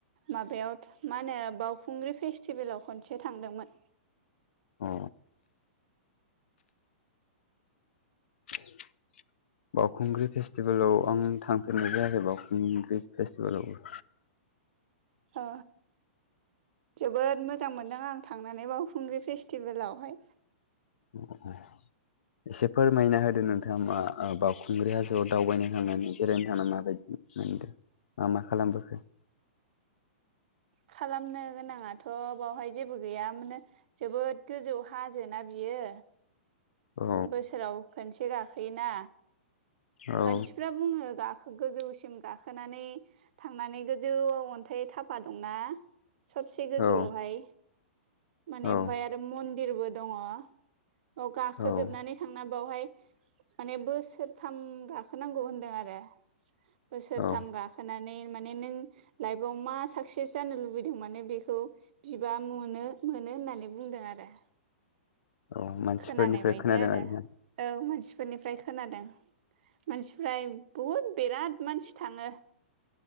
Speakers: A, on the right; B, on the left.
A: माबायाव मा होनो बावखुंग्रि फेस्टिभेलाव खनसे थांदोंमोन।
B: अ। <inaudible> बावखुंग्रि फेस्टिभेलाव आं थांफेरनाय जायाखै बावखुंग्रि फेस्टिभेलावबो।
A: ओ। जोबोद मोजां मोनदों आं थांनानै बावखुंग्रि फेस्टिभेलावहाय।
B: <unintelligible> एसे फोरमायना होदो नोंथांङा मा ओ बावखुंग्रि हाजोआव दावबायनो थांनानै बेरायनो थांनानै माबायदि मोनदों मा मा खालामबोखो?
A: खालामनो गोनाङाथ' बावहाय जेबो गैया मानो जोबोद गोजौ हाजोना बियो।
B: औ
A: बोसोराव खनसे गाखोयोना
B: औ
A: मानसिफ्रा बुंङो गाखो गोजौसिम गाखोनानै थांनानै गोजौआव अन्थाइ थाफा दंना सबसे गोजौआवहाय
B: औ
A: माने
B: औ
A: ओमफाय आरो मन्दिरबो दङ। औ गाखोजोबनानै
B: औ
A: थांना बावहाय माने बोसोरथाम गाखोनांगौ होनदों आरो बोसोरथाम
B: औ
A: गा खोनानै माने नों लाइपआव मा साक्सेस जानो लुबैदों माने बेखौ बिबा मुनो मोनो होननानै बुंदों आरो।
B: औ मानसिफोरनिफ्राय
A: खोनानाय बायदि
B: खोनादों
A: आरो
B: आरोना
A: औ मानसिफोरनिफ्राय खोनादों। मानसिफ्रा बहुद बिराद मानसि थाङो।